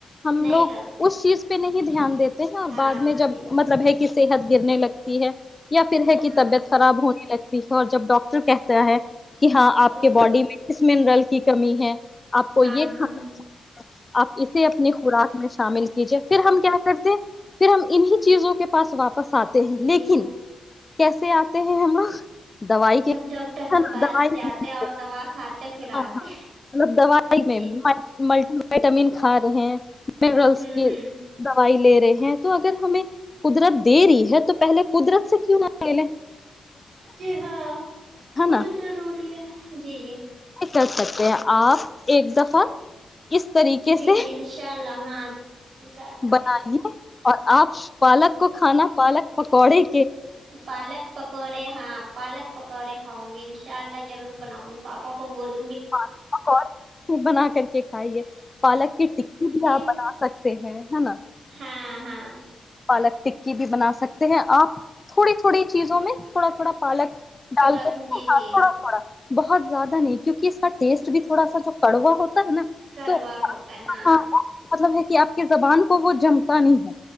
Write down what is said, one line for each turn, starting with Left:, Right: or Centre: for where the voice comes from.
Left: ہم
Right: نہیں
Left: لوگ
Right: کرتے
Left: اس چیز پہ نہیں دھیان دیتے ہیں اور
Right: ہاں
Left: بعد میں
Right: اس
Left: جب
Right: چیز
Left: مطلب ہے کی صحت گرنے لگتی ہے یا پھر ہے
Right: ہاں
Left: کہ طبیعت خراب ہونے لگتی اور جب ڈاکاکٹر کہتا ہے کہ ہاں آپ
Right: تو
Left: کے باڈی میں اس منرل کی کمی ہے آپ کو
Right: ہاں
Left: یہ
Right: ہاں
Left: کھانا آپ اسے اپنی خوراک میں شامل کیجیے پھر ہم کیا کرتے پھر ہم انیں چیزوں کے پاس واپس پساتے ہیں لیکن
Right: جی
Left: کیسے آتے ہیں ہم لوگ دوائی
Right: جب
Left: کے دو
Right: ڈاکٹر کے پاس
Left: ہاں
Right: جاتے اور دوا کھاتے پھر آتے
Left: ہاں مطل دوائی میں
Right: جی
Left: ملٹی تمین کھا رہے ہیں ملس
Right: ہوں
Left: کی
Right: ہوں
Left: دوائی لے ہیں تو اگر ہمیں قدرت دے رہی ہے تو پہلے قدرت اس کیوں آ گ
Right: جی ہاں بت
Left: نا
Right: ضروری ہے جی جی
Left: کر سکتے ہیں آپ ایک دفعہ کس طریقے
Right: جی
Left: سے
Right: جی انشاء اللہ ہاں انشاء اللہ
Left: بنائیے اور آپ پالک کو کھانا پالک پکوڑی
Right: پالک پکوڑے ہاں پالک پکوڑے کھاؤں گی انشاء اللہ ضرور بناؤں گی پپا کو بول
Left: پ اور بنا کر کے کھائیے پالک کی ٹکی بھی
Right: جی
Left: آپ بنا سکتے ہیں ہے نا
Right: ہاں ہاں
Left: پالک ٹکی بھی بنا سکتے ہیں آپ تھوڑی تھوڑی چیزوں میں تھوڑا تھوڑا <unintelligible> پالک
Right: تھوڑا
Left: ڈال کر
Right: جی
Left: تھوڑا
Right: جی
Left: تھوڑا <unintelligible> بہت زیادہ نہیں کیونکہ اس <unintelligible> ٹیسٹ بھی تھوڑا سا جو کڑو ہوتا <unintelligible> ہے نا
Right: کروا
Left: تو
Right: ہوتا ہے ہاں
Left: مطلب <unintelligible> کہ آپ کی زبان کو وہ جمتا نہیں ہے